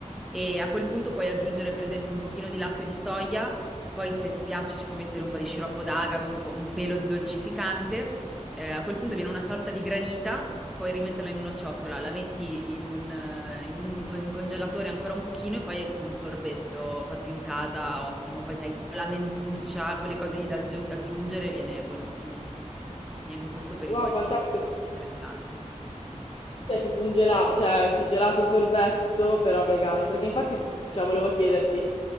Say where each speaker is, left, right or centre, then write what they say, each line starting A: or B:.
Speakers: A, in the centre; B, on the left.
A: e a quel punto puoi aggiungere per esempio un pochino di latte di soia, poi se ti piace ci puoi mettere un po' di sciroppo d'agave, un po', un pelo di dolcificante eh, a quel punto viene una sorta di granita, puoi rimetterla in una ciotola, la metti in un, eh, in un con- in congelatore ancora un pochino e poi è tipo un sorbetto fatto in casa, ottimo. Poi sai, tipo la mentuccia, quelle cose lì da aggiu- aggiungere, viene buonissimo. Neanche questo per
B: wow,
A: i dolci,
B: fantastico,
A: interessante.
B: sei tipo un gelato, cioè sì, gelato sorbetto, però vegano, perché infatti, cioè, volevo chiederti,